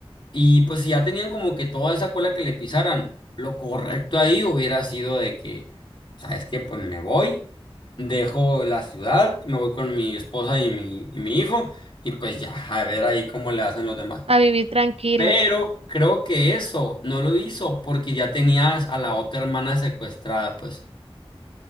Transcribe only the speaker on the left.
Y pues si ya tenían como que toda esa cola que le pisaran, lo correcto ahí hubiera sido de que, ¿sabes qué? Pues me voy, dejo la ciudad, me voy con mi esposa y mi, y mi hijo, y pues ya, a ver ahí cómo le hacen los demás.
Pero creo que eso no lo hizo porque ya tenías a la otra hermana secuestrada, pues.